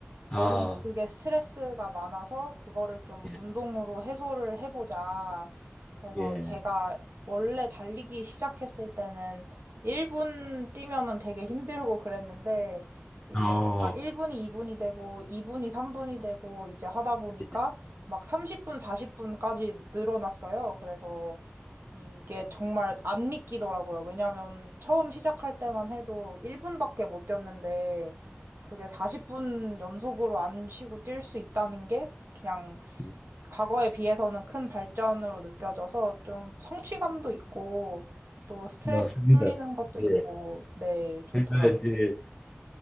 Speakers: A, on the left; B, on the right.
A: 아,
B: 너무 그게 스트레스가 많아서 그거를 좀
A: 예,
B: 운동으로 해소를 해보자. 그래서
A: 예,
B: 제가 원래 달리기 시작했을 때는 1분 뛰면은 되게 힘들고 그랬는데 이게
A: 어,
B: 1분이 2분이 되고 2분이 3분이 되고 이제 하다 보니까
A: 예,
B: 막 30분, 40분까지 늘어났어요. 그래서 이게 정말 안 믿기더라고요. 왜냐면 처음 시작할 때만 해도 1분밖에 못 뛰었는데 그게 40분 연속으로 안 쉬고 뛸 수 있다는 게 그냥
A: 예.
B: 과거에 비해서는 큰 발전으로 느껴져서 좀 성취감도 있고 또 스트레스
A: 맞습니다.
B: 풀리는 것도 있고
A: 예,
B: 네, 좋더라고요.
A: 그러니까 이제